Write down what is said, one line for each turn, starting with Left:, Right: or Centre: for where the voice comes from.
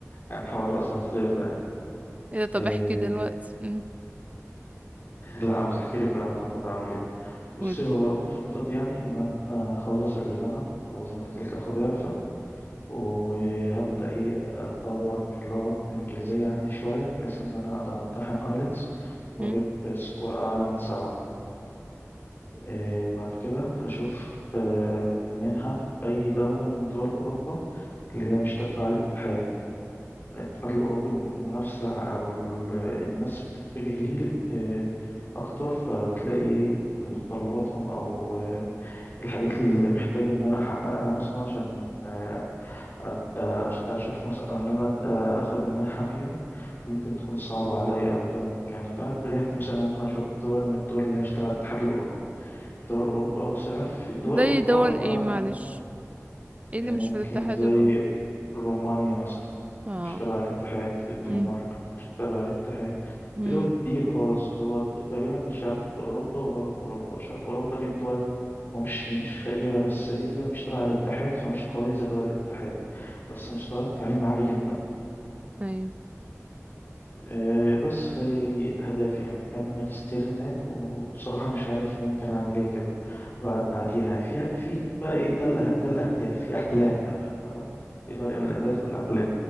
Left: عن حوار الأسانسير ده يعني
Right: ايه ده طب
Left: إيه...
Right: احكي دلوقتي امم
Left: لا عاوز أحكي لك بقى أنا مخطط أعمل إيه بصي
Right: قولي
Left: هو في خطط يعني إن أنا أخلص الجامعة وزي ما قلت لك أخد إعفاء وهبدأ إيه أطور اللغة الإنجليزية عندي شوية بحيث إن أنا أقدر أمتحن آيلتس وأجيب
Right: امم
Left: سكور أعلى من سبعة آه، وبعد كده هشوف آه، منحة في أي دولة من دول أوروبا اللي هي مش تبع الاتحاد الاتحاد الأوروبي م- منافسة أو ال- الناس بتتجه ليه آه، أكتر فبتلاقي متطلباتهم أو آه، الحاجات اللي محتاج إن أنا أحققها مثلا عشان آه، أت- أش- أشوف مثلا إن أنا آه، أخد منحة فيهم ممكن تكون صعبة عليا أو غير ممكنة فاتجهت مثلا ممكن أشوف دول من الدول اللي هي مش تبع الاتحاد الأوروبي دول أوروبا بس عارف في دول
Right: زي
Left: أوروبا
Right: دول
Left: عبارة
Right: ايه
Left: عن
Right: معلش ايه اللي
Left: آه،
Right: مش
Left: ممكن
Right: في الاتحاد
Left: زي
Right: الاوروبي
Left: رومانيا مثلا
Right: اه
Left: مش تبع الاتحاد الدنمارك
Right: امم
Left: مش تبع الاتحاد
Right: امم
Left: في دول كتير خالص هو تقريبا شرق أوروبا وغرب أوروبا شرق أوروبا دي الدول مش مش فقيرة بس هي مش تبع الاتحاد فمش قوية زي دول الاتحاد بس مستوى التعليم عالي جدا
Right: ايوه
Left: آه، بس هي دي أهدافي يعني هكمل ماجستير هناك وبصراحة مش عارف ممكن أعمل إيه كده بعد بعديها يعني في في بقى إيه ده الأه- ده الأهداف في أحلام بقى يعني فاهمة في فرق بين الأهداف والأحلام